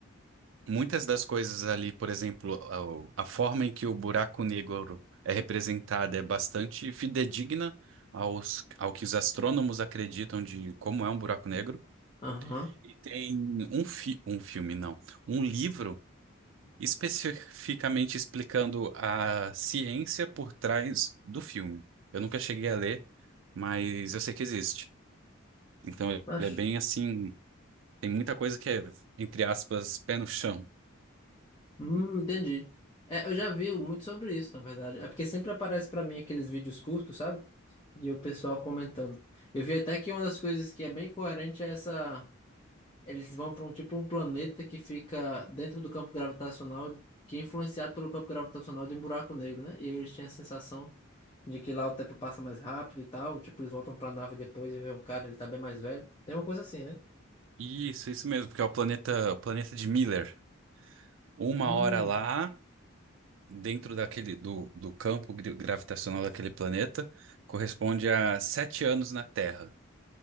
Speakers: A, on the right; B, on the left.
A: muitas das coisas ali, por exemplo, a, o- a forma em que o buraco negro é representado é bastante fidedigna aos, ao que os astrônomos acreditam de como é um buraco negro.
B: Aham,
A: E tem um, fi, um filme, não, um livro especificamente explicando a ciência por trás do filme. Eu nunca cheguei a ler, mas eu sei que existe. Então ele
B: acho.
A: é bem assim, tem muita coisa que é, entre aspas, pé no chão.
B: Hum, entendi. É, eu já vi muito sobre isso, na verdade. É porque sempre aparece pra mim aqueles vídeos curtos, sabe? E o pessoal comentando. Eu vi até que uma das coisas que é bem coerente é essa. Eles vão pra um tipo um planeta que fica dentro do campo gravitacional, que é influenciado pelo campo gravitacional de um buraco negro, né? E aí eles têm a sensação de que lá o tempo passa mais rápido e tal. Tipo, eles voltam pra nave depois e vê um cara, ele tá bem mais velho. Tem uma coisa assim, né?
A: Isso, isso mesmo, porque é o planeta, o planeta de Miller. Uma
B: Hum,
A: hora lá, dentro daquele do, do campo gri- gravitacional daquele planeta, corresponde a sete anos na Terra.